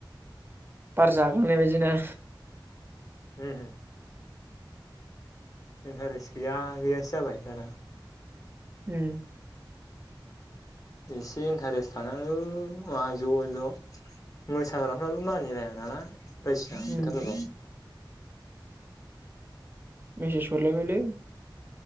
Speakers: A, on the right; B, on the left.
A: बार जाखांनाय बायदिना
B: उमम। इन्टारेस्ट गैया गैयासो जाबाय दाना।
A: उम।
B: एसे इन्टारेस्ट थानांगौ मा ज' ज'। मोसाग्राफोराबो मानिलाया नालाय बायदिसिना
A: उम
B: खोथाफोरखौ
A: मेसेस हरलायबायलै।